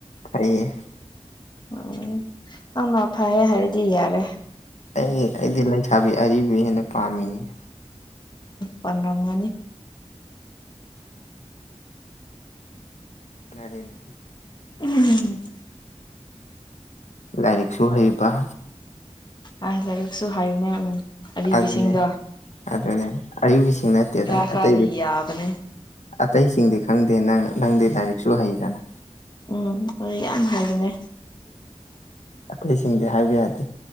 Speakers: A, on the left; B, on the left.
A: ꯑꯩꯌꯦ
B: ꯎꯝ ꯅꯪꯅ ꯐꯩꯌꯦ ꯍꯥꯏꯔꯗꯤ ꯌꯥꯔꯦ
A: ꯑꯩ ꯑꯩꯗꯤ ꯂꯩꯁꯥꯕꯤ ꯑꯔꯤꯕ ꯍꯦꯟꯅ ꯄꯥꯝꯃꯤꯅꯤꯅꯦ
B: ꯄꯟꯔꯝꯒꯅꯤ
A: ꯑꯅꯤꯅꯦ
B: ꯎꯝ
A: ꯂꯥꯏꯔꯤꯛꯁꯨ ꯍꯩꯕ
B: ꯑ ꯂꯥꯏꯔꯤꯛꯁꯨ ꯍꯥꯏꯌꯅꯦ ꯑꯔꯤꯕꯁꯤꯡꯗꯣ
A: ꯑꯗꯨꯅꯦ ꯑꯗꯨꯅꯦ ꯑꯩ ꯁꯤꯅꯠꯇ ꯑꯗ
B: ꯈꯔ ꯈꯔꯗꯤ
A: ꯑꯇꯩꯗꯤ
B: ꯌꯥꯕꯅꯦ
A: ꯑꯇꯩꯁꯤꯡꯗꯤ ꯈꯪꯗꯦ ꯅꯪ ꯅꯪꯗꯤ ꯂꯥꯏꯔꯤꯛꯁꯨ ꯍꯩꯗꯅ
B: ꯎꯝ ꯑꯗꯨ ꯌꯥꯝ ꯍꯥꯏꯕꯅꯦ
A: ꯑꯇꯩꯁꯤꯡꯗꯤ ꯍꯥꯏꯕ ꯌꯥꯗꯦ